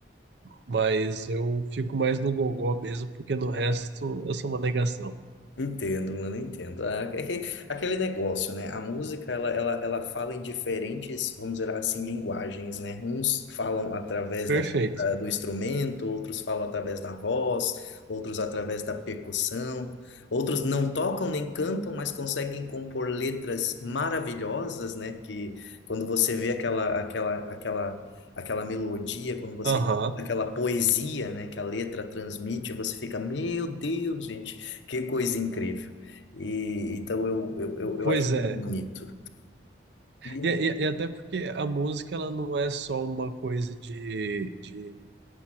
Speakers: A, on the right; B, on the left.
A: Mas eu fico mais no gogó mesmo, porque no resto eu sou uma negação.
B: Entendo, mano, entendo. Ah, É que, aquele negócio, né? A música, ela, ela, ela fala em diferentes, vamos dizer assim, linguagens, né? Uns falam através
A: Perfeito.
B: da, da- do instrumento, outros falam através da voz, outros através da percussão, outros não tocam nem cantam, mas conseguem compor letras maravilhosas, né? Que quando você vê aquela, aquela, aquela, aquela melodia, quando você
A: Aham.
B: daquela poesia, né, que a letra transmite, você fica, meu Deus, gente, que coisa incrível. E então eu, eu, eu, eu
A: Pois
B: acho
A: é.
B: muito bonito. E
A: E, e- e até porque a música ela não é só uma coisa de, de